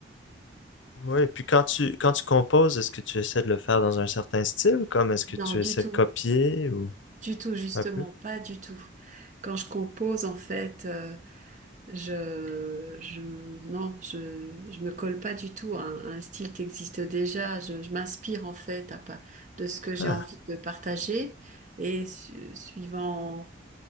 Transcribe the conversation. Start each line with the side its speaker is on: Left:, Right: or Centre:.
Left: ouais, puis quand tu,
Right: c'est-
Left: quand tu composes, est-ce que tu essaies de le faire dans un certain style, comme est-ce que
Right: non,
Left: tu
Right: du
Left: essaies
Right: tout,
Left: de copier ou
Right: du tout, justement,
Left: un peu?
Right: pas du tout. Quand je compose, en fait, euh, je, je, non, je, je me colle pas du tout à un, à un style qui existe déjà. Je, je m'inspire en fait à, pa- de ce que j'ai
Left: Ah,
Right: envie de partager et su- suivant.